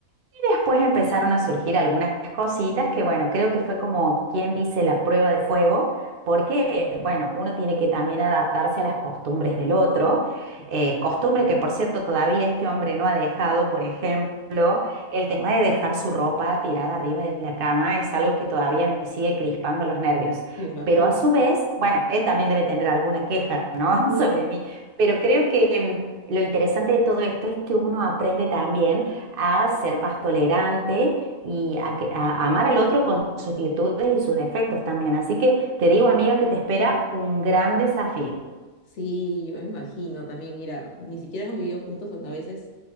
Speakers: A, on the right; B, on the left.
A: y después empezaron a surgir algunas cositas que, bueno, creo que fue como quien dice la prueba de fuego, porque,
B: Claro,
A: bueno, uno tiene que también adaptarse a las costumbres del otro.
B: Exacto.
A: eh, costumbre que, por cierto, todavía este hombre no ha dejado, por ejemplo, el tema de dejar su ropa tirada arriba de la cama es algo que todavía me sigue crispando los nervios.
B: Me imagino.
A: Pero a su vez, bueno,
B: pero-
A: él también debe tener alguna queja, ¿no?
B: <laughs>
A: <laughs> sobre mí, pero creo que... mm, Lo interesante de todo esto es que uno aprende también a ser más tolerante y a, que- a amar al otro con sus virtudes y sus defectos también. Así que te digo, amiga, que te espera un gran desafío.
B: Sí, yo me imagino también. Mira, ni siquiera hemos vivido juntos. Bueno, a veces